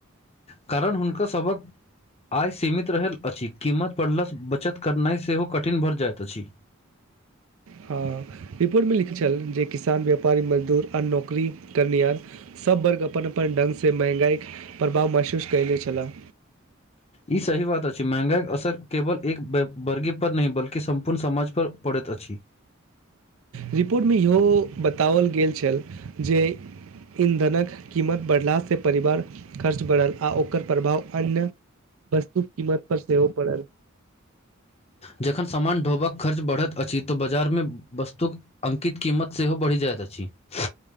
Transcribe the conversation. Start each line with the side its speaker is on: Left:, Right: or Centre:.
Left: कारण हुनका सबहक आइ सीमित रहल अछि कीमत पढ़लसँ बचत करनाइ सेहो कठिन भऽ जाइत अछि।
Right: हँ रिपोर्टमे लिखल छल जे किसान व्यापारी मजदूर आ नौकरी करनिहार सभ वर्ग अपन अपन ढङ्ग से महंगाइके प्रभाव महसूस कयले छलाह।
Left: ई सही बात अछि महँगाइके असर केवल एक व वर्गीपर नहि बल्कि सम्पूर्ण समाज पर पड़ैत अछि।
Right: रिपोर्टमे इहो बताओल गेल छल जे ईंधनक कीमत बढ़लाासँ परिवार खर्च बढ़ल आ ओकर प्रभाव अन्य वस्तु कीमत पर सेहो पड़ल।
Left: जखन सामान ढोबाक खर्च बढ़ैत अछि तऽ बाजारमे वस्तुक अंकित कीमत सेहो बढ़ि जायत अछि। छी